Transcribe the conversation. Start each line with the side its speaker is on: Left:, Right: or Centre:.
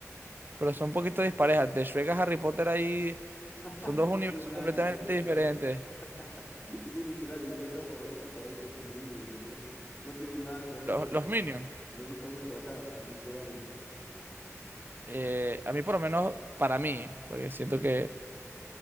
Right: pero son un poquito disparejas. De Shrek a Harry Potter ahí
Left: <laughs>
Right: son dos universos
Left: No tiene nada
Right: completamente
Left: que ver, literal.
Right: diferentes.
Left: <laughs> Sí, literal, y mi otra favorita por ahí creo que es Minions, entonces no tienen nada que ver,
Right: Los,
Left: pero
Right: los Minions,
Left: me gusta mucho, ajá, literal.
Right: eh, a mí por lo menos, para mí, porque siento
Left: Ujú.
Right: que